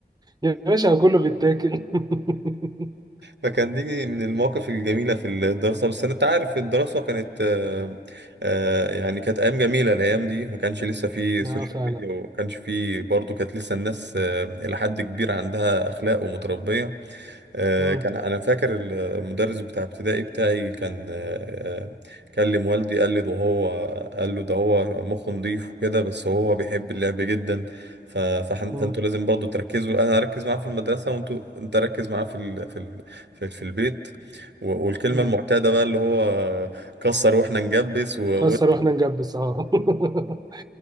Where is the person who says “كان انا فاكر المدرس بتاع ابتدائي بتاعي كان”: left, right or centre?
Right